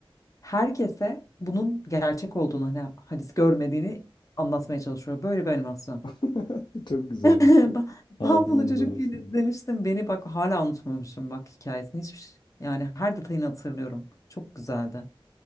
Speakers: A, on the left; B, on the left.
A: herkese bunun gerçek olduğunu hani Halis görmediğini anlatmaya çalışıyor. Böyle bir animasyon.
B: <laughs> Çok güzelmiş.
A: <laughs> Ben
B: Aldım
A: ben bunu
B: bunu
A: çocukken
B: da notunu.
A: izlemiştim. Beni bak hala unutmamışım bak hikayesini. Hiçbir şey- yani her detayını hatırlıyorum. Çok güzeldi.